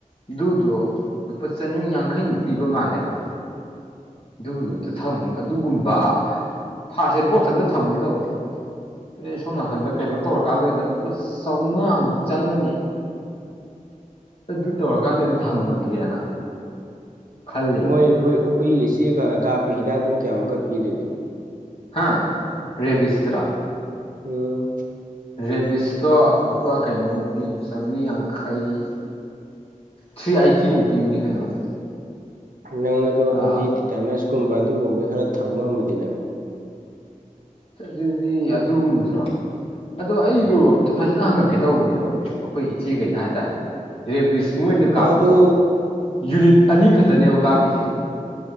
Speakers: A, on the left; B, on the right.
A: ꯑꯗꯨꯗꯣ ꯂꯨꯄꯥ ꯆꯅꯤ ꯌꯥꯡꯈꯩꯃꯨꯛ ꯄꯤꯕ ꯃꯥꯜꯂꯦꯕ ꯑꯗꯨꯒꯗꯨ ꯑꯝꯇ ꯊꯝ ꯑꯗꯨꯒꯨꯝꯕ ꯐꯥꯔꯁ ꯑꯦꯠ ꯕꯣꯛꯁ ꯑꯝꯇ ꯊꯝꯒꯦ ꯇꯧꯕꯅꯤ ꯑꯩ ꯁꯣꯝ ꯅꯥꯀꯟꯗ ꯀꯩꯅꯣ ꯇꯧꯔꯀꯥꯟꯗ ꯑꯣꯏꯅ ꯂꯨꯄꯥ ꯆꯥꯝꯃꯉꯥꯃꯨꯛ ꯆꯪꯉꯅꯤ ꯑꯗꯨ ꯇꯧꯔꯀꯥꯟꯗ ꯑꯩꯅ ꯊꯝꯃꯒꯦꯅ ꯈꯜꯂꯤꯕ
B: ꯃꯣꯏ ꯍꯨ ꯍꯨꯏꯒ ꯆꯤꯔ ꯀꯥꯟꯗ ꯀꯥꯞꯄ ꯍꯤꯗꯥꯛꯇꯣ ꯀꯌꯥꯃꯨꯛꯀꯛ ꯄꯤꯗꯗꯤ
A: ꯍꯥꯥ ꯔꯦꯕꯤꯁꯇ
B: ꯎꯝ
A: ꯔꯦꯕꯤꯁꯇꯣ ꯂꯨꯄꯥ ꯀꯩꯅꯣꯃꯨ ꯄꯤ ꯆꯥꯝꯃꯔꯤ ꯌꯥꯡꯈꯩ ꯊ꯭ꯔꯤ ꯑꯥꯏꯠꯇꯤꯃꯨꯛ ꯄꯤꯕꯅꯤ ꯀꯩꯅꯣꯗ
B: ꯅꯪ ꯑꯗꯣ
A: ꯑꯥ
B: ꯍꯥꯏꯗꯤ ꯇꯤꯇꯥꯅꯁꯀꯨꯝꯕ ꯑꯗꯨꯒꯨꯝꯕ ꯈꯔ ꯊꯝ ꯉꯝꯕꯅꯤꯅ
A: ꯑꯗꯨꯗꯤ ꯑꯗꯨꯒꯨꯝꯕꯗꯨ꯭ꯔꯣ ꯑꯗꯨꯗ ꯑꯩꯗ
B: ꯎꯝ
A: ꯑꯝꯇ ꯐꯖꯅ ꯍꯪꯉꯛꯀꯦ ꯇꯧꯕꯅꯦꯕ ꯑꯩꯈꯣꯏ ꯏꯆꯦꯈꯩꯗ ꯍꯥꯏꯇꯥꯔꯦ ꯔꯦꯕꯤꯁ ꯃꯣꯏꯅ
B: ꯅꯪ
A: ꯀꯥꯞꯄꯗꯣ
B: ꯑꯗꯨ
A: ꯌꯨꯅꯤꯠ ꯑꯅꯤ ꯈꯛꯇꯅꯦꯕ ꯀꯥꯞꯄꯤꯁꯦ